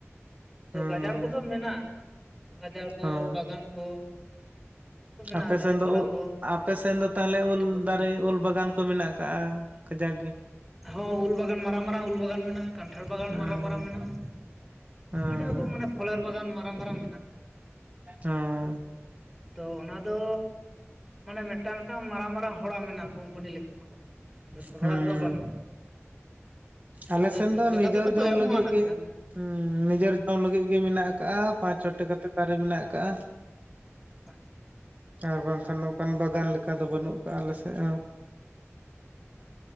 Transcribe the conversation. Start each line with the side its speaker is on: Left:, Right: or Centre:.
Centre: ᱟᱫᱚ
Right: ᱦᱩᱸ
Centre: ᱜᱟᱡᱟᱲ ᱠᱚᱫᱚ ᱢᱮᱱᱟᱜᱼᱟ ᱜᱟᱡᱟᱲ ᱠᱚ
Right: ᱦᱚᱸ
Centre: ᱵᱟᱜᱟᱱ ᱠᱚ, ᱚᱱᱟ ᱠᱚ ᱢᱮᱱᱟᱜᱼᱟ
Right: ᱟᱯᱮᱥᱮᱱ
Centre: ᱫᱟᱨᱮ ᱯᱟᱞᱟ
Right: ᱫᱚ ᱩᱜ
Centre: ᱠᱚ
Right: ᱟᱯᱮᱥᱱ ᱫᱚ ᱛᱟᱦᱚᱞᱮ
Centre: ᱢᱟᱴᱷ
Right: ᱩᱞ
Centre: ᱠᱚ
Right: ᱫᱟᱨᱮ ᱩᱞ ᱵᱟᱜᱟᱱ ᱠᱚ ᱢᱮᱱᱟᱜ ᱠᱟᱜᱼᱟ ᱠᱟᱡᱟᱠ ᱜᱮ᱾
Centre: ᱦᱚᱸ ᱩᱞ ᱵᱟᱜᱟᱱ ᱢᱟᱨᱟᱝ ᱢᱟᱨᱟᱝ ᱩᱞ ᱵᱟᱜᱟᱱ ᱢᱮᱱᱟᱜᱼᱟ᱾ ᱠᱟᱱᱴᱷᱟᱲ ᱵᱟᱜᱟᱱ
Right: ᱦᱮᱸ
Centre: ᱢᱟᱨᱟᱝ ᱢᱟᱨᱟᱝ ᱢᱮᱱᱟᱜᱼᱟ
Right: ᱦᱮᱸ
Centre: ᱟᱹᱰᱤ ᱨᱚᱠᱚᱢ ᱢᱟᱱᱮ ᱯᱷᱚᱞᱮᱨ ᱵᱟᱜᱟᱱ ᱢᱟᱨᱟᱝ ᱢᱟᱨᱟᱝ ᱢᱮᱱᱟᱜᱼᱟ᱾
Right: ᱦᱚᱸ᱾
Centre: ᱛᱚ ᱚᱱᱟᱫᱚ ᱢᱟᱱᱮ ᱢᱤᱫᱴᱟᱝ ᱢᱤᱫᱴᱟᱝ ᱢᱟᱨᱟᱝ ᱢᱟᱨᱟᱝ ᱦᱚᱲᱟᱜ ᱢᱮᱱᱟᱜᱼᱟ ᱠᱳᱢᱯᱟᱱᱤ ᱞᱮᱠᱟᱱ ᱦᱚᱲᱟᱜ ᱡᱷᱚᱛᱚ ᱦᱚᱲᱟᱜ
Right: ᱦᱮᱸ
Centre: ᱫᱚ ᱵᱟᱹᱱᱩᱜᱼᱟ᱾
Right: ᱟᱞᱮ
Centre: ᱟᱫᱚ
Right: ᱥᱮᱱ
Centre: ᱡᱚᱢ
Right: ᱫᱚ
Centre: ᱞᱮᱠᱟ
Right: ᱱᱤᱡᱮᱨ
Centre: ᱛᱮᱫᱚ ᱠᱚ
Right: ᱡᱚᱢ
Centre: ᱮᱢᱚᱜᱼᱟ
Right: ᱞᱟᱹᱜᱤᱫ
Centre: ᱱᱟᱜ
Right: ᱜᱮ
Centre: ᱠᱷᱟᱱ
Right: ᱱᱤᱡᱮᱨ ᱡᱚᱢ ᱞᱟᱹᱜᱤᱫ ᱜᱮ ᱢᱮᱱᱟᱜ ᱠᱟᱜᱼᱟ ᱯᱟᱸᱪ ᱪᱷᱚᱴᱤ ᱠᱟᱛᱮ ᱫᱟᱨᱮ ᱢᱮᱱᱟᱜ ᱠᱟᱟᱜᱼᱟ,
Centre: ᱟᱪᱪᱷᱟ
Right: ᱟᱨ ᱵᱟᱝᱠᱷᱟᱱ ᱱᱚᱝᱠᱟᱱ ᱵᱟᱜᱟᱱ ᱞᱮᱠᱟ ᱫᱚ ᱵᱟᱹᱱᱩᱜ ᱠᱟᱜᱼᱟ ᱟᱞᱮ ᱥᱮᱫ ᱦᱚᱸ᱾
Centre: ᱦᱚᱭ᱾